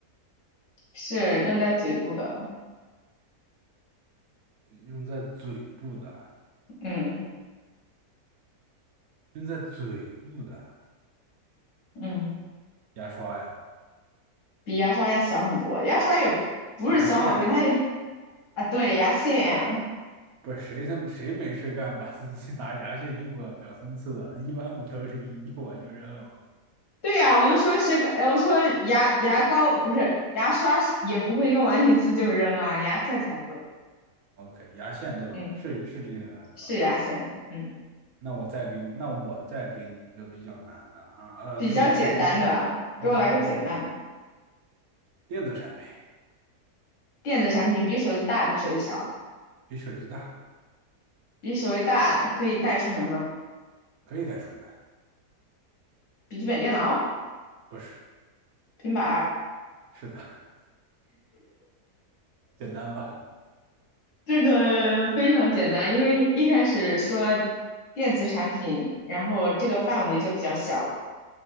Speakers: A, on the left; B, on the right.
A: 是用在嘴部的。
B: 用在嘴部的，
A: 嗯
B: 用在嘴部的
A: 嗯，
B: 牙刷呀、
A: 比牙刷要小很多，牙刷也不是消耗品，
B: 牙线，
A: 它也啊，对，牙线。
B: 不是谁他妈谁没事干把自己拿牙线用过两三次的？一般不都是一用完就扔了吗
A: 对呀，我就说谁把，呃我说牙牙膏不是牙刷也不会用完一次就扔啊，牙线才会。
B: ？OK，牙线对吧？
A: 嗯，
B: 是是这些难对吧？
A: 是牙线，嗯，
B: 那我再给你，那我再给你一个比较难的啊，呃，
A: 比较简单的，
B: 就就就这样，OK，
A: 给我来个简单的。
B: 比较简单，电子产品
A: 电子产品比手机大，比手机小，
B: 比手机大，
A: 比手机大可以带出门吗？
B: 可以带出门，
A: 笔记本电脑、
B: 不是，
A: 平板儿，
B: 是的，简单吧？
A: 这个 <laughs> 非常简单，因为一开始说电子产品，然后这个范围就比较小了。